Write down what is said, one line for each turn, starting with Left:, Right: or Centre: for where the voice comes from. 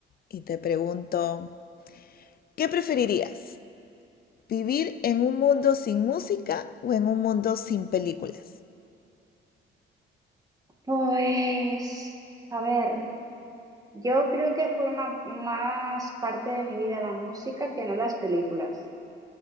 Left: y te pregunto ¿Qué preferirías? ¿Vivir en un mundo sin música o en un mundo sin películas?
Right: Pues, a ver, yo creo que forma más parte de mi vida la música que no las películas.